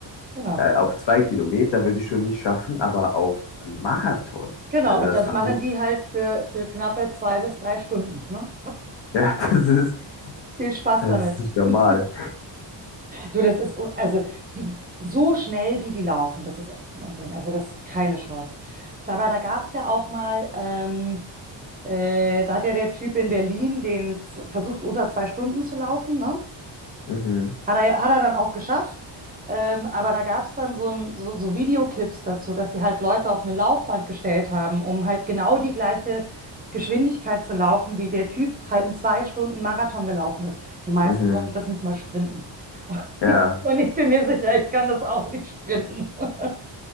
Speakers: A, on the right; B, on the left.
A: genau.
B: äh, auf zwei Kilometer würde ich schon nicht schaffen, aber auf einen Marathon,
A: Genau.
B: also
A: Und
B: das
A: das
B: ist verrückt.
A: machen die halt für, für knappe zwei bis drei Stunden, ne?
B: Ja, <laughs> das ist,
A: Viel Spaß
B: das
A: damit.
B: ist nicht normal.
A: <laughs> Du, das ist, also die, so schnell wie die laufen, das ist echt ein Unding. Also das ist keine Chance. Dabei, da gab es ja auch mal, ähm, äh, da hat ja der Typ in Berlin den z- versucht, unter zwei Stunden zu laufen, ne?
B: Mhm,
A: Hat er, hat er dann auch geschafft. Ähm, aber da gab es dann so, ein, so, so Videoclips dazu, dass sie halt Leute auf eine Laufband gestellt haben, um halt genau die gleiche Geschwindigkeit zu laufen, wie der Typ halt in zwei Stunden Marathon gelaufen ist. Die meisten
B: mhm.
A: konnten das nicht mal sprinten. <laughs>
B: Ja,
A: Und ich bin mir sicher, ich kann das auch nicht sprinten. <laughs>